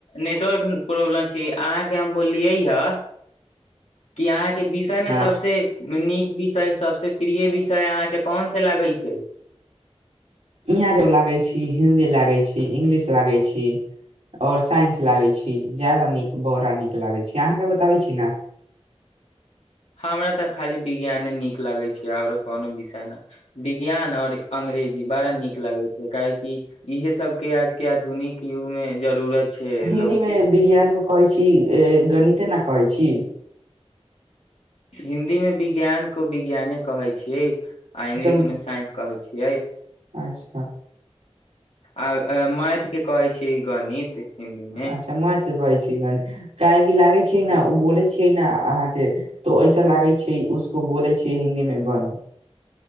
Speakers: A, on the left (about 75°); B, on the right (about 85°).
A: नेटवर्क प्रॉब्लम छी अहाँके हम बोललियै ह कि अहाँके विषय मे
B: हँ
A: सबसे नीक विषय सबसे प्रिय विषय अहाँके कोन से लगै छै
B: यहाँके लागै छी हिन्दी लागै छी इंगलिश लागै छी आओर साइंस लागै छी ज्यादा नीक बड़ा नीक लागै छी अहाँके बताबै छी ने
A: हँ हमरा तऽ खाली विज्ञाने नीक लागै छै आओरो कोनो विषय ने वि विज्ञान और अंग्रेजी बड़ा नीक लागै छै काहे की इहे सबके आज के आधुनिक युग में जरूरत छै लोग
B: हिन्दीमे
A: के
B: विज्ञान क कहै छी गणित कते ने कहै छी <unintelligible>
A: हिन्दी मे विज्ञान को विज्ञाने कहै छियै आ इंगलिश
B: तऽ
A: मे साइंस कहै छी इह
B: अच्छा
A: आ मैथ के कहै छी गणित हिन्दी मे
B: अच्छा मैथ कहै छी गाणित कहेका लागै छै
A: हँ
B: ने ओ बोलै छैियै ने अहाँके तो ऐसा लागै छै उसको बोलै छै हिन्दी मे गण